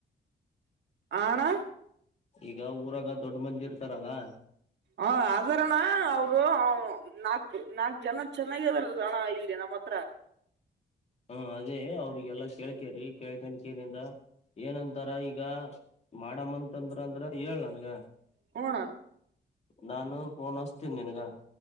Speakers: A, on the right; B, on the left.
A: ಅಣ್ಣ
B: ಈಗ ಊರಾಗ ದೊಡ್ಡ ಮಂದಿ ಇರ್ತಾರಲ್ಲಾ.
A: ಅ ಅದರಣ್ಣ ಅವರು ಅ ನಾಕ್ ನಾಕ್ ಜನ ಚೆನ್ನಾಗೆ ಇದ್ದಾರಣ್ಣ ಇಲ್ಲಿ ನಮ್ಮ್ ಹತ್ರ
B: ಹಾ ಅದೇ ಅವ್ರಿಗೆಲ್ಲ ಕೇಳ್ಕೇರಿ ಕೇಳ್ಕನ್ ಕೀರಿಂದ ಏನಂತಾರ ಈಗ ಮಾಡಮ್ಮಂತಂದ್ರೆ ಹೇಳ್ ನನ್ಗ
A: ಹೂ ಅಣ್ಣ
B: ನಾನು ಪೋನ್ ಹಸ್ತೀನಿ ನಿನಗ.